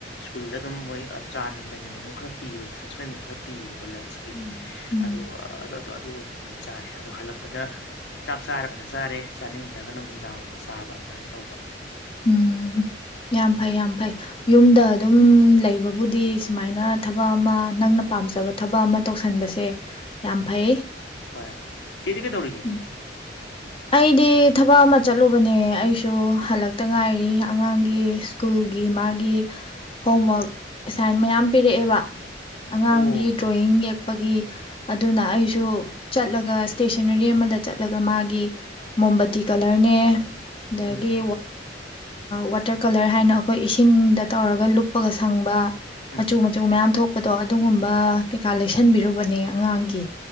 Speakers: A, on the left (about 70°); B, on the left (about 30°).
A: ꯁ꯭ꯀꯨꯜꯗ ꯑꯗꯨꯝ ꯃꯣꯏ ꯆꯥꯅꯨꯡ ꯀꯩꯅꯨꯡ ꯑꯗꯨꯝ ꯈꯔ ꯄꯤꯕ ꯔꯤꯐ꯭ꯔꯦꯁꯃꯦꯟ ꯑꯗꯨꯝ ꯈꯔ ꯄꯤꯌꯨꯀꯣ ꯂꯟꯁꯀꯤ
B: ꯎꯝ ꯎꯝ
A: ꯑꯗꯣ ꯑ ꯑꯗꯨ ꯑꯣꯏꯅ ꯑꯗꯨꯃꯥꯏꯅ ꯆꯥꯔꯦ ꯑꯗꯣ ꯍꯜꯂꯛꯄꯗ ꯆꯥꯛ ꯆꯥꯔꯒꯅ ꯆꯥꯔꯦ ꯆꯥꯅꯤꯡꯗ꯭ꯔꯒꯅꯝ ꯅꯨꯡꯗꯥꯡ ꯑꯣꯏꯅ ꯆꯥꯕ ꯑꯗꯨꯃꯥꯏꯅ ꯇꯧꯕ
B: ꯎꯝ ꯌꯥꯝ ꯐꯩ ꯌꯥꯝ ꯐꯩ ꯌꯨꯝꯗ ꯑꯗꯨꯝ ꯂꯩꯕꯕꯨꯗꯤ ꯁꯨꯃꯥꯏꯅ ꯊꯕꯛ ꯑꯃ ꯅꯪꯅ ꯄꯥꯝꯖꯕ ꯊꯕꯛ ꯑꯃ ꯇꯧꯁꯟꯕꯁꯦ ꯌꯥꯝ ꯐꯩ
A: ꯍꯣꯏ ꯆꯦꯗꯤ ꯀꯩꯗꯧꯔꯤꯒꯦ
B: ꯎꯝ ꯑꯩꯗꯤ ꯊꯕꯛ ꯑꯃ ꯆꯠꯂꯨꯕꯅꯦ ꯑꯩꯁꯨ ꯍꯜꯂꯛꯇ ꯉꯥꯏꯔꯤ ꯑꯉꯥꯡꯒꯤ ꯁ꯭ꯀꯨꯜꯒꯤ ꯃꯥꯒꯤ ꯍꯣꯝꯋꯛ ꯑꯦꯁꯥꯏꯟ ꯃꯌꯥꯝ ꯄꯤꯔꯛꯑꯦꯕ ꯑꯉꯥꯡꯒꯤ
A: ꯑꯣ
B: ꯗ꯭ꯔꯣꯌꯤꯡ ꯄꯒꯤ ꯑꯗꯨꯅ ꯑꯩꯁꯨ ꯆꯠꯂꯒ ꯏꯁꯇꯦꯁꯟ ꯅꯔꯤ ꯑꯃꯗ ꯆꯠꯂꯒ ꯃꯥꯒꯤ ꯃꯣꯝꯕꯇꯤ ꯀꯂꯔꯅꯦ ꯑꯗꯒꯤ
A: ꯎꯝ
B: ꯋꯥꯇꯔ ꯀꯂꯔ ꯍꯥꯏꯅ ꯑꯩꯈꯣꯏ ꯏꯁꯤꯡꯗ ꯇꯧꯔꯒ ꯂꯨꯞꯄꯒ ꯁꯪꯕ
A: ꯎꯝ
B: ꯃꯆꯨ ꯃꯆꯨ ꯃꯌꯥꯝ ꯊꯣꯛꯄꯗꯣ ꯑꯗꯨꯒꯨꯝꯕ
A: ꯎꯝ
B: ꯀꯩꯀꯥ ꯂꯩꯁ ꯁꯟꯕꯤꯔꯨꯕꯅꯦ ꯑꯉꯥꯡꯒꯤ